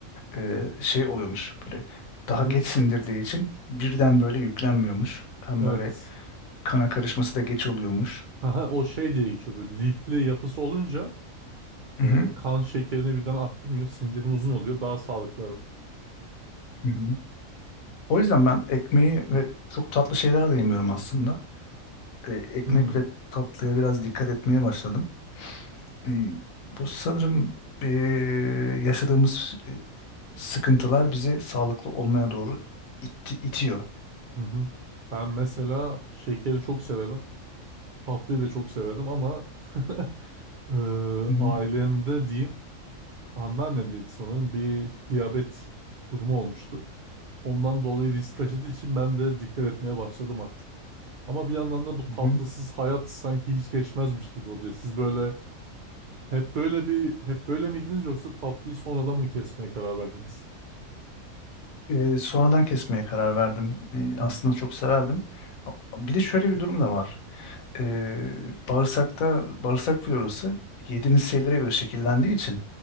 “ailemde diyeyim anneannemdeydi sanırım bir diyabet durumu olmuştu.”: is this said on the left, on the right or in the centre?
Right